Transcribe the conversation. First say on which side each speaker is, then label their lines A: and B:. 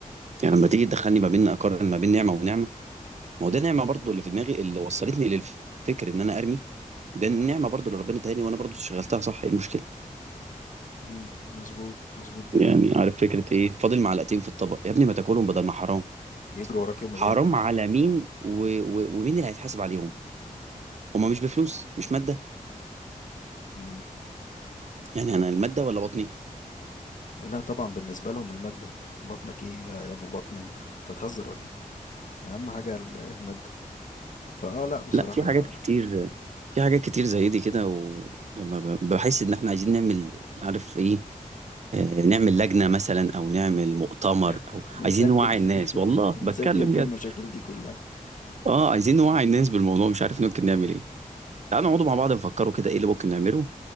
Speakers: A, on the right; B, on the left.
A: يعني لما تيجي تدخلني ما بين اقارن ما بين نعمة ونعمة ما هو ده نعمة برضو
B: مم.
A: اللي في دماغي اللي وصلتني للفكر ان انا ارمي ده النعمة برضو اللي ربنا اديها لي وانا برضو شغلتها صح ايه المشكلة
B: مم. مظبوط مظبوط جدا
A: يعني عارف فكرة ايه فاضل معلقتين في الطبق يا ابني ما تاكلهم بدل ما حرام
B: يجروا وراك يوم الايام
A: حرام على مين و... و... ومين اللي هيتحاسب عليهم هما
B: مم.
A: مش بفلوس مش مادة
B: مم.
A: يعني انا المادة ولا بطني
B: لا طبعا بالنسبه لهم الماده بطنك ايه يا يا ابو بطن انت انت تهزر ولا ايه اهم حاجه ال- الماده فاه لا بصراحه
A: لا في حاجات كتير في حاجات كتير زي دي كده ولما ب- بحس ان احنا عايزين نعمل عارف ايه آه، نعمل لجنة مثلا او نعمل مؤتمر
B: <laughs>
A: او
B: ونسجل
A: عايزين نوعي
B: فيه
A: الناس
B: <laughs>
A: والله
B: ونسجل
A: بتكلم
B: فيه
A: بجد
B: المشاكل دي كلها
A: اه عايزين نوعي الناس بالموضوع مش عارف ممكن نعمل ايه تعالوا نقعدوا مع بعض نفكروا كده ايه اللي ممكن نعمله